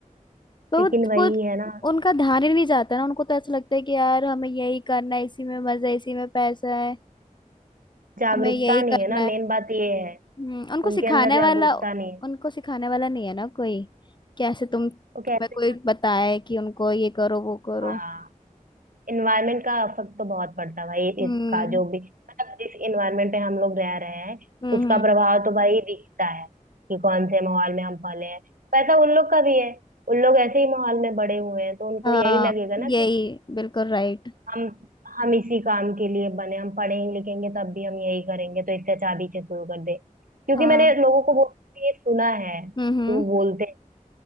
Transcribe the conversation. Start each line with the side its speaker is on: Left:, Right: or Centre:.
Left: तो
Right: लेकिन
Left: वो
Right: वही
Left: वो-
Right: है ना
Left: उनका ध्यान ही नहीं जाता ना उनको तो ऐसा लगता है कि यार हमें यही करना है इसी में मजा है इसी में पैसा है
Right: जागरूकता
Left: हमें यही
Right: नहीं
Left: करना
Right: है ना
Left: है
Right: मेन बात ये है
Left: हम्म उनको
Right: उनके
Left: सिखाने
Right: अंदर जागरूकता
Left: वाला
Right: नहीं है
Left: उनको सिखाने वाला नहीं है ना कोई कैसे तुम तुम्हें
Right: तो कहते
Left: कोई
Right: हैं
Left: बताए कि उनको ये करो वो करो
Right: हाँ इन्वायरमेंट का असर तो बहुत पड़ता है भाई
Left: हम्म
Right: इसका जो भी मतलब जिस इन्वायरमेंट में हम लोग रह रहे हैं
Left: हम्म
Right: उसका
Left: हम्म,
Right: प्रभाव तो भाई दिखता है कि कौन से माहौल में हम पले हैं वैसा उन लोग का भी है उन लोग ऐसे ही माहौल में बड़े हुए हैं तो उनको
Left: हाँ
Right: यही लगेगा ना कि
Left: यही बिल्कुल राइट
Right: हम हम इसी काम के लिए बने हम पढ़ेंगे लिखेंगे तब भी हम यही करेंगे तो इससे अच्छा अभी से शुरू कर दे क्योंकि
Left: हाँ
Right: मैंने लोगों को बोलते हुए ये सुना है कि
Left: हम्म हम्म
Right: वो बोलते